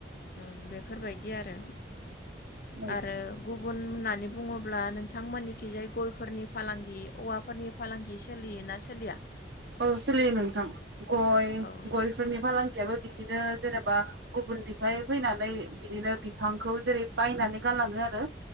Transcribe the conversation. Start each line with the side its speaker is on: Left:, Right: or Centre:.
Left: उम बेफोरबायदि आरो।
Right: औ
Left: आरो गुबुन। होननानै बुङोब्ला नोंथांमोननिखि जाय गयफोरनि फालांगि औवाफोरनि फालांगि सोलियोना सोलिया
Right: औ सोलियो नोंथां गय
Left: औ
Right: गयफोरनि फालांगियाबो बिदिनो जेनेबा गुबुननिफ्राय फैनानै बिदिनो बिफांखौ जेरै बायनानै गालाङो आरो।